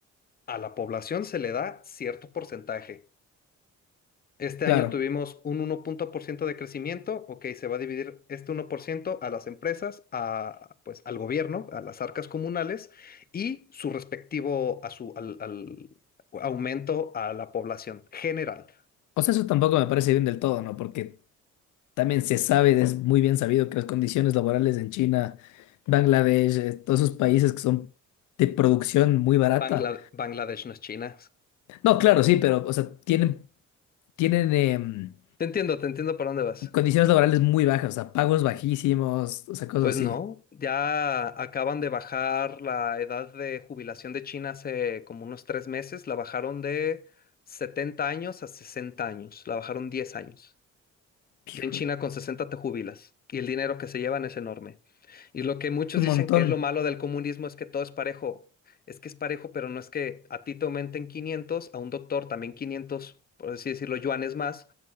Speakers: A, on the left; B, on the left.
A: a la población se le da cierto porcentaje. Este año
B: Claro.
A: tuvimos un uno por ciento de crecimiento, ok, se va a dividir este uno por ciento a las empresas, a, pues, al gobierno, a las arcas comunales y su respectivo a su, al, al aumento a la población general.
B: O sea, eso tampoco me parece bien del todo, ¿no? Porque También se sabe, es muy bien sabido que las condiciones laborales en China, Bangladesh, eh, todos esos países que son de producción muy barata.
A: Bangla- Bangladesh no es China.
B: No, claro, sí, pero, o sea, tienen, tienen em,
A: Te entiendo, te entiendo por dónde vas.
B: condiciones laborales muy bajas, o sea, pagos bajísimos, o sea, cosas
A: Pues
B: así.
A: no, ya acaban de bajar la edad de jubilación de China hace como unos tres meses, la bajaron de 70 años a 60 años, la bajaron 10 años.
B: Hijo,
A: En China
B: es
A: con 60 te jubilas y el dinero que se llevan es enorme. Y lo que muchos
B: un
A: dicen
B: montón.
A: que es lo malo del comunismo es que todo es parejo. Es que es parejo, pero no es que a ti te aumenten 500, a un doctor también 500, por así decirlo, yuanes más.